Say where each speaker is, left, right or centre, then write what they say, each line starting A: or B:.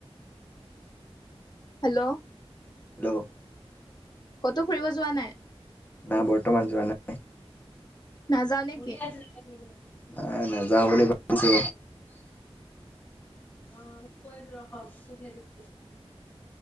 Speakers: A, on the left (about 40°); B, on the left (about 15°).
A: হেল্ল'
B: হেল্ল'
A: ক'তো ফুৰিব যোৱা নাই?
B: না বৰ্তমান যোৱা নাই?
A: নাযাও নেকি?
B: নাই নাই নেযাওঁ বুলি ভাবিছো অ কৈ আছো ৰব পঠিয়াই দি